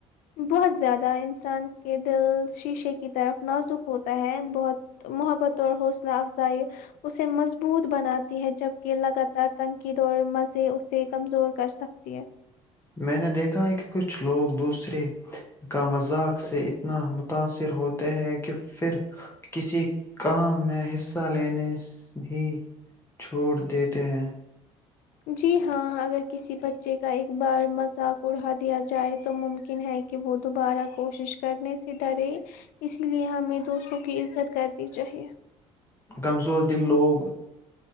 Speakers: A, on the left; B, on the left.
A: بہت زیادہ انسان کے دل شیشے کی طرف نازک ہوتا ہے بہت محبت اور حوصلہ افزائی اسے مضبوط بناتی ہے جبکہ لگاتار تنقید اور مزے اسے کمزور کر سکتی ہے
B: میں نے دیکھا ہے کہ کچھ لوگ دوسرے کا مذاق سے اتنا متاثر ہوتے ہیں کہ پھر کسی کام میں حصہ لینے ہی چھوڑ دیتے ہیں
A: جی ہاں اگر کسی بچے کا ایک بار مذاق اڑا دیا جائے تو ممکن ہے کہ وہ دوبارہ کوشش کرنے سے ڈرے اس لیے ہمیں دوسروں کی عزت کرنی چاہیے
B: کمزور دل لوگ